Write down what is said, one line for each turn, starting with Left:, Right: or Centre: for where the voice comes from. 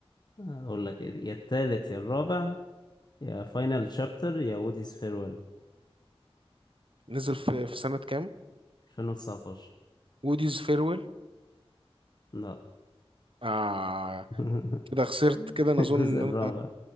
Left: اقول لك إيه، يا التالت يا الرابع يا فاينل شابتر يا ووديز فيرويل
Right: نزل في في سنه كام
Left: 2019
Right: ووديز فيرويل
Left: لا
Right: آه
Left: <laughs>
Right: كده خسرت كده انا
Left: الجزء
Right: اظن ان
Left: الرابع
Right: انا